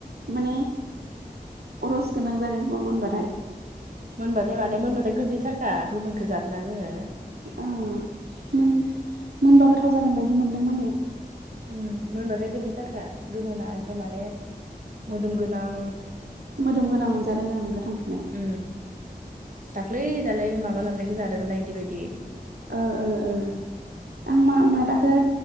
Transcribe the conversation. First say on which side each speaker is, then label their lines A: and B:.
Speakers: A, on the right; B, on the right.
A: माने रस गोनां जागोन खोमा मोनबाथाय।
B: मोनबाथाय माने मोनबाथाय गोदैथारखा गोमोनखौ जादोंना जोङो
A: ओ मोन मोनबा गोथाव जागोन बायदि मोनदों माने
B: उम मोनबाथाय गोदैथारखा गोमोना एकदम माने मोदोम गोनां
A: मोदोम गोनां मोनजादो ओं गोथांखौनो‌।
B: उम दाख्लै दालाय माबा लबनायखौ जादोंमोनना इदि बायदि
A: ओ ओ‌ ओ आं मा-मादाखो